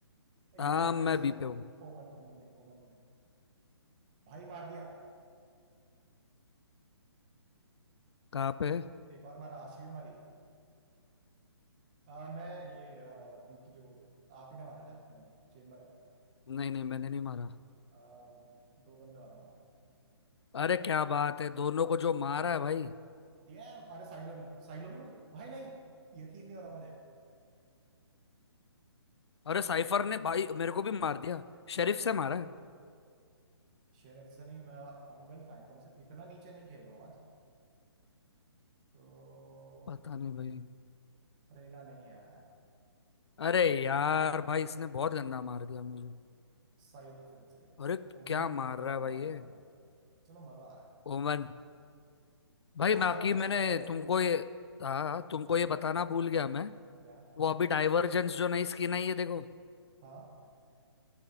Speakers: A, on the left (about 70°); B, on the right (about 15°).
A: हाँ
B: यार
A: मैं
B: फिर से
A: बी पे हूँ
B: ओमन ओमन नहीं ओमन नहीं भाई मार दिया
A: कहाँ पे
B: एक और मारा आशी भी मारी आ, मैं ये आ, बी की जो आप ही ने मारा शायद नहीं चेम्बर है
A: नहीं नहीं मैंने नहीं मारा
B: आ, दो बंदे आ रहे हैं वहाँ
A: अरे क्या बात है दोनों को जो मारा है भाई
B: पे डैम अरे साइलो नहीं साइलो भी मरी भाई नहीं यकीन नहीं हो रहा मुझे
A: अरे साइफर ने भाई मेरे को भी मार दिया शेरिफ से
B: आई
A: मारा है
B: शेरिफ से नहीं मैं अभी भाई फैंटम से इतना नीचे नहीं खेल रहा हूँ आज तो
A: पता नहीं भाई
B: रेना नहीं है
A: अरे यार भाई इसने बहुत गंदा मार दिया मुझे
B: साई लो फिर से
A: अरे
B: भाई ओमन
A: क्या मार
B: बहुत
A: रहा
B: गंदा
A: है भाई
B: मार
A: ये
B: रहा है चलो मजा आ रहा है
A: ओमन भाई बाकी
B: आप पाप पे
A: मैंने
B: चल रहे हो
A: तुमको ये हाँ तुमको ये बताना भूल गया मैं
B: क्या
A: वो अभी डाइवर्जेंस जो नई स्किन आई है देखो
B: हाँ